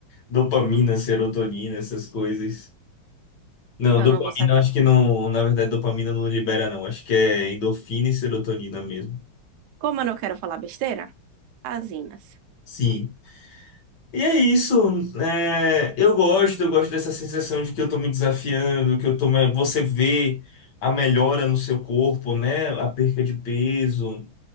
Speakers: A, on the left; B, on the right.
A: Dopamina, serotonina, essas coisas. Não,
B: então
A: dopamina
B: eu não vou saber.
A: eu acho que não. Na verdade, dopamina não libera, não. Acho que é endorfina e serotonina mesmo.
B: Como eu não quero falar besteira, as inas.
A: Sim. E é isso. É, eu gosto, eu gosto dessa sensação de que eu tô me desafiando, que eu tô. me- Você vê a melhora no seu corpo, né? A perca de peso.